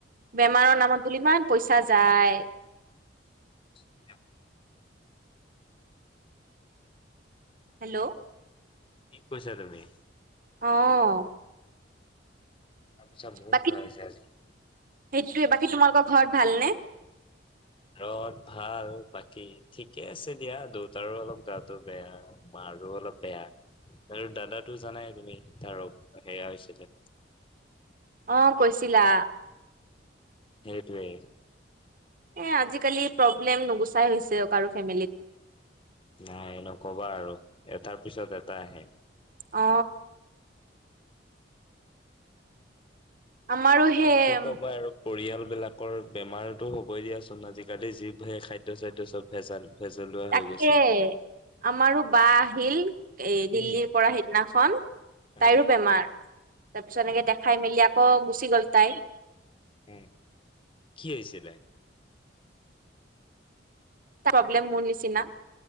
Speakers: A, on the right (about 50°); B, on the left (about 30°).
A: বেমাৰৰ নামত বুলি ইমান পইচা যায়
B: ্চ <unintelligible>
A: হেল্ল'
B: ঠিক কৈছা তুমি
A: অঁ
B: তাৰপিছত বহুত
A: বাকী
B: যোৱা
A: সেইটোয়ে
B: হৈছে আজি
A: বাকী তোমালোকৰ ঘৰত ভালনে?
B: ঘৰত ভাল বাকী ঠিকে আছে দিয়া দেউতাৰো অলপ গাটো বেয়া মাৰো অলপ বেয়া আৰু দাদাটো জানাই তুমি তাৰ সেয়া হৈছিলে।
A: অঁ কৈছিলা
B: সেইটোৱে
A: এ আজিকালি প্ৰব্লেম নুগুচাই হৈছে কাৰো ফেমিলিত
B: নাই এ নকবা আৰু এটাৰ পিছত এটা আহে
A: অ আমাৰো
B: এই
A: সেই
B: আৰু কি ক'বা আৰু পৰিয়াল বিলাক বেমাৰতো হ'বই দিয়াচোন আজিকালি যি সেই খাদ্য চাদ্য চব ভেজাল। ভেজলোৱা হৈ
A: তাকে
B: গৈছে
A: আমাৰো বা আহিল এ দিল্লীৰ
B: উম
A: পৰা সিদিনাখন
B: অ
A: তাইৰো বেমাৰ তাৰ পিছত এনেকে
B: অ
A: দেখাই মেলি প গুচি গল তাই
B: উ কি হৈছিলে
A: প্ৰব্লেম মোৰ নিচিনা